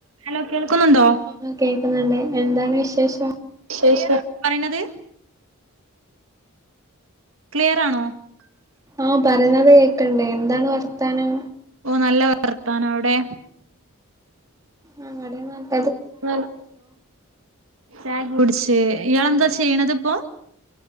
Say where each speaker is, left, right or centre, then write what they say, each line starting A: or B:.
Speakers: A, on the right; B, on the right.
A: Hello കേൾക്കുന്നുണ്ടോ?
B: ആ കേൾക്കുന്നുണ്ട് എന്താണ് വിശേഷം?
A: ശേഷം പറിണത് ക്ലിയറാണോ?
B: ആഹ് പറിണത് കേക്ക്ണ്ട് എന്താണ് വർത്താനം?
A: ഓഹ് നല്ല വർത്താനം അവിടേ
B: ആഹ് ഇവിടേം <unintelligible>
A: <unintelligible> ചായൊക്കെ കുടിച്ച് ഇയാളെന്താ ചെയ്യണത് ഇപ്പം